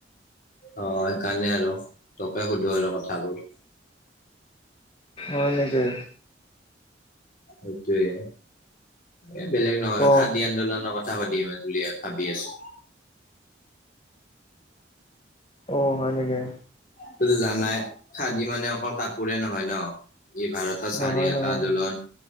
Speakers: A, on the left; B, on the left.
A: অ সেইকাৰণে আৰু তোকে সুধো আৰু কথাবোৰ?
B: অ নেকি?
A: সেইটোয়ে, এ বেলেগ নহয়
B: অ
A: খাদী আন্দোলনৰ কথা সুধিম বুলি ভাবি আছো?
B: অ হয় নেকি?
A: তুমিটো জানাই, খাদি মানে অকল কাপোৰে নহয় ন ই ভাৰত স্বাধীনতা
B: নহয় নহয়
A: আন্দোলন,